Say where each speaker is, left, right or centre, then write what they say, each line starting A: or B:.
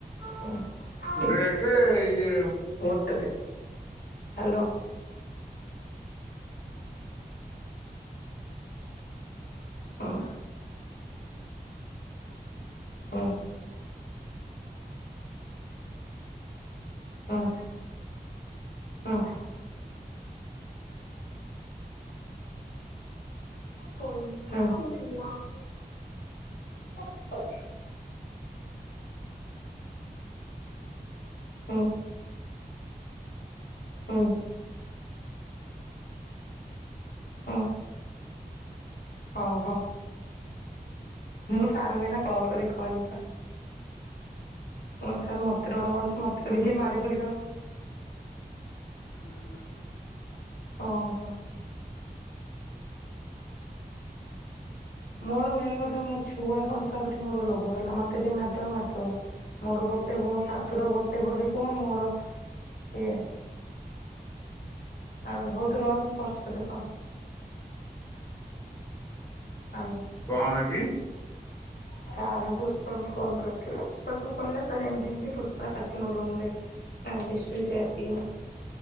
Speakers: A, on the left; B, on the left.
A: ହୁଁ। ଟିକେ
B: ଡ୍ରେସ ଇଏ
A: ଗୋଟେ ସେକେଣ୍ଡ ହାଲୋ। ହଁ। ହୁଁ। ହଁ ହଁ। ପଇସା ଥିଲା। ଟପେଇ। ହଁ। ଆଉ ଅଃ। ହଉ ହଉ। ମୁଁ ସାରଙ୍କୁ ଏଇନା କଲ୍ କରିକି କହିମପା। ମୁଁ କହିମି ସାରେ ମତେ ଡରମାଡୁଚି ମତେ ଯଦି କିଏ ମାରିଫାରି ଦବ?
B: ଉଁ।
A: ଓହୋ। ମୋର ମେନେ କଥା ମୋ ଛୁଆ ସଂସାରଠି ମୋର ଲୋଭ ହେଲା ମ ତେ ଯିଏ ମାରିଦବ ମାରିଦବ ମୋର ଗୋଟେ ବୋଉ ଆସ୍ ଶାଶୁର ଗୋଟେ ବୋଲି ପୁଅ ମୋର ଇଏ ହାଲୋ ହୋଉ ତୁ ରଖ ମୁଁ କରୁଚି ତତେ କଲ। ହାଲୋ?
B: କଣ ହୋଉଚି?
A: ସାର୍ ପୁଷ୍ପାଙ୍କୁ ଫୋନ କରିଥିଲା ପୁଷ୍ପା ସବୁ କହିଲା ସାର୍ ଏମତି ଏମତି ପୁଷ୍ପା ଆସି ମୋ ରୁମରେ ଆ-ବିଶ୍ୱଜିତ୍ ଆସିକି ମୋ